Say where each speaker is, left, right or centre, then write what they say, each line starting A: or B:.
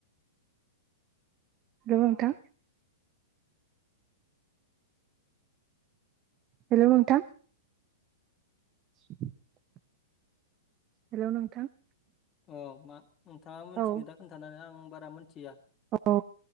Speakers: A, on the right; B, on the left.
A: दोङो नोंथां। हेलै' नोंथां। <inaudible> हेलै' नोंथां।
B: अ मा नोंथाङा मिथिगोन
A: औ
B: दा खोन्थानानै आं बारा मोन्थिया।
A: औ